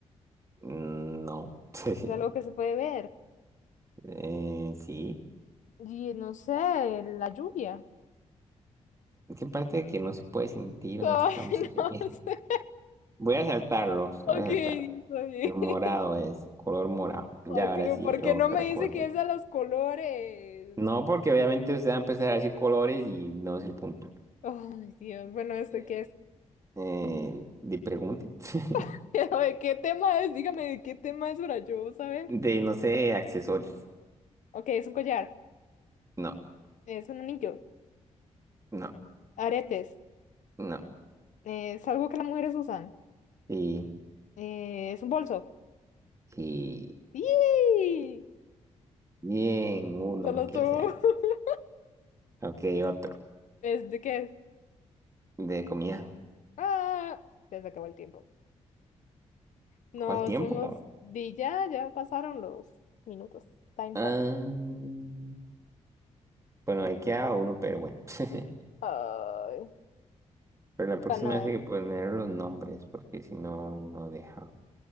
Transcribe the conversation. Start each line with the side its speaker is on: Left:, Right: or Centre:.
Right: Mm, No. <laughs>
Left: es algo que se puede ver.
Right: Eh, sí.
Left: Y no sé, la lluvia.
Right: qué parte de que no se puede sentir,
Left: Ay,
Right: no estamos entendiendo.
Left: <laughs> no
Right: <laughs>
Left: sé.
Right: Voy a saltarlo,
Left: Ok,
Right: voy a saltarlo.
Left: está bien.
Right: El morado
Left: <laughs>
Right: es, color morado. Ya
Left: Ay,
Right: ahora
Left: pero
Right: sí,
Left: ¿por qué
Right: otra
Left: no me
Right: cosa.
Left: dice que es a los colores?
Right: No, porque obviamente usted va a empezar a decir colores y no es el punto.
Left: Ay, Dios, bueno, ¿este
Right: Eh,
Left: qué es?
Right: eh, de pregunte. <laughs>
Left: <laughs> Pero, ¿De qué tema es? Dígame, ¿de qué tema es para yo saber?
Right: De, no sé, accesorios.
Left: Ok, es un collar,
Right: No,
Left: es un anillo,
Right: no,
Left: aretes,
Right: no.
Left: eh, es algo que las mujeres usan,
Right: Sí,
Left: eh, es un bolso.
Right: sí.
Left: ¡Yee!
Right: Bien, uno,
Left: Solo
Right: que
Left: tú. <laughs>
Right: sea. Ok, otro.
Left: ¿Es de qué?
Right: De comida.
Left: Ah, ya se acabó el tiempo. No,
Right: ¿Cuál tiempo?
Left: somos di ya, ya pasaron los minutos. Time's
Right: Ah,
Left: up.
Right: bueno, ahí queda uno, pero bueno. <laughs>
Left: Ay,
Right: Pero la próxima
Left: pero no,
Right: vez hay que poner los nombres, porque si no, no deja.